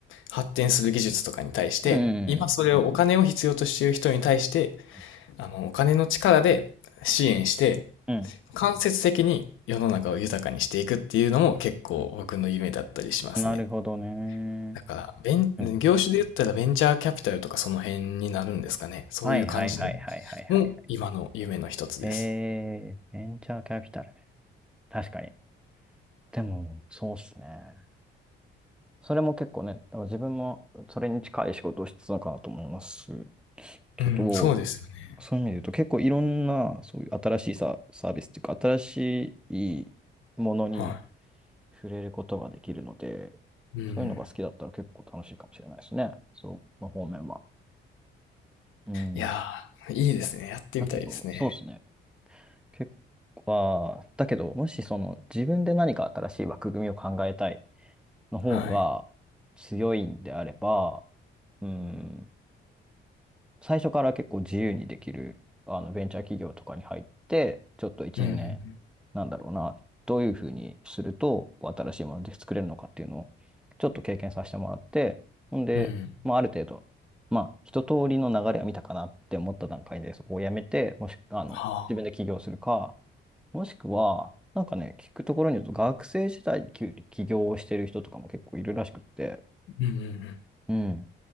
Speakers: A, on the left; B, in the centre.
A: 発展する技術とかに対して、
B: うん。うん。
A: 今それをお金を必要としている人に対して、
B: うん。うん。
A: あの、お金の力で支援して、
B: うん。うん。
A: 間接的に世の中を豊かにしていくっていうのも結構僕の夢だったりしますね。
B: なるほどね。
A: だから、ベン、
B: うん。
A: 業種で言ったらベンチャーキャピタルとかその辺になるんですかね。そういう感じの
B: はいはいはいはいはいはい。
A: も今の夢の一つです。
B: えー、ベンチャーキャピタルね。確かに。でも、そうっすね。それも結構ね、だから自分もそれに近い仕事をしてたのかなと思いますけど、
A: うん、そうですよね。
B: そういう意味で言うと結構いろんなそういう新しいサ、サービスっていうか、新しいものに
A: は
B: 触れることができるので、
A: い。うん。
B: そういうのが好きだったら結構楽しいかもしれないですね。そう、の方面は。うん。
A: いやー、いいですね。やってみたいですね。
B: だけど、そうですね。結構は、あーだけど、もしその自分で何か新しい枠組みを考えたいの方が
A: はい。
B: 強いんであれば、うん、最初から結構自由にできるあのベンチャー企業とかに入って、ちょっと1、
A: うん、
B: 2年、なんだろうな、どういうふうにするとこう新しいもので作れるのかっていうのをちょっと経験させてもらって、ほんで、
A: うん、うん。
B: まあ、ある程度、まあ、一通りの流れは見たかなって思った段階で、そこをやめて、もし、あの、
A: ああ、
B: 自分で起業するか、もしくは、なんかね、聞くところによると、学生時代に起起業をしてる人とかも結構いるらしくって、
A: うん、うん、うん。
B: うん、